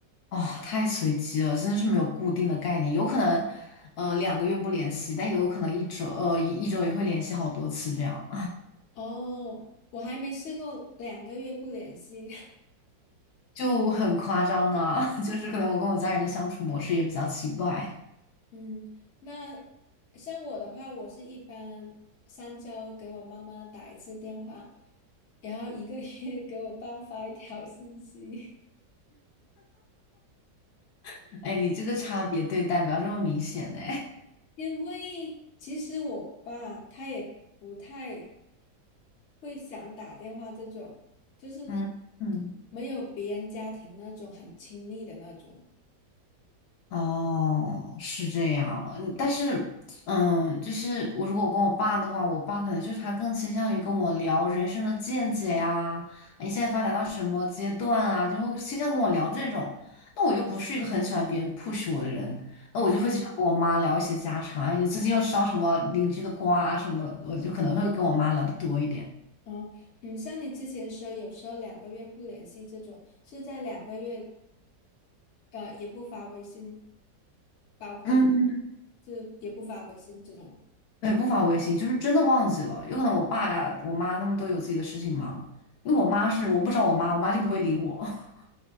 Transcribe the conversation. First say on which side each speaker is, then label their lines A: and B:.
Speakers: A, on the left; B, on the left.
A: 哦，太随机了，真的是没有固定的概念，有可能，呃，两个月不联系，但也有可能一周，呃，一一周也会联系好多次，这样
B: 哦，我还没试过两个月不联系。
A: <laughs> 就很夸张呢。<laughs> 就是可能我跟我家人的相处模式也比较奇怪，
B: 嗯，那像我的话，我是一般三周给我妈妈打一次电话，然后一个月 <laughs> 给我爸发一条信息。
A: <laughs> 哎，你这个差别对待不要这么明显呢。
B: 因为其实我爸他也不太会想打电话这种，就是
A: <laughs> 嗯嗯。
B: 没有别人家庭那种很亲密的那种。
A: 哦，是这样，嗯但是，嗯，就是我如果跟我爸的话，我爸可能就是他更倾向于跟我聊人生的见解呀，你现在发展到什么阶段啊，就会倾向跟我聊这种。那我又不是一个很喜欢别人 push 我的人，那我就会经常跟我妈聊一些家常啊，
B: 嗯
A: 你最近又吃到什么邻居的瓜啊什么的，我就可能会跟我妈聊的多一点。
B: 嗯嗯，像你之前说，有时候两个月不联系这种，是在两个月。呃，也不发微信，包括吗
A: 嗯。
B: 就也不发微信这种。
A: 对，不发微信，就是真的忘记了。有可能我爸呀、我妈他们都有自己的事情忙，因为我妈是我不找我妈，我妈就不会理我。<laughs>